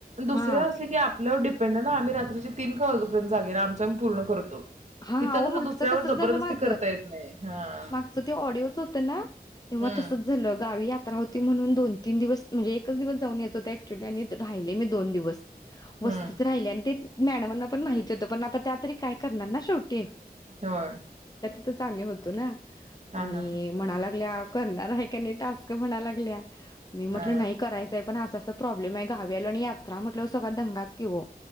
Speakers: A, on the left; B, on the right.
A: हा
B: दुसरे असले की आपल्यावर डिपेंड आहे ना आम्ही रात्रीचे तीन का वाजू पण जागेरा आमचा पण पूर्ण करतो
A: हा
B: इथं
A: ओ
B: कसं
A: मागच
B: दुसऱ्यावर
A: तसच
B: जबरदस्ती
A: झालं माझ
B: करता येत नाही. हां.
A: मागच ते ऑडिओच होतं ना तेव्हा
B: हं,
A: तसच झालं गावी आ.. चित्राहोती म्हणून दोन तीन दिवस म्हणजे एकच दिवस जाऊन याच होत अक्च्युली आणि राहिले मी दोन दिवस. वस्तीत
B: हं.
A: राहिले आणि ते मॅडमाना पण माहिती होतं पण आता त्या तरी काय करणार ना. छोटी ये
B: होय
A: तिथंच आम्ही होतो ना
B: हां,
A: आणि
B: हां, हां.
A: म्हणा लागल्या करणार आहे काय नाही टास्क म्हणायला लागल्या मी म्हटलं
B: हां.
A: नाही करायचंय पण असं प्रॉब्लेम आहे गावी आल्या वर आणि यात्रा म्हटलावर सगळा दंगाच की वो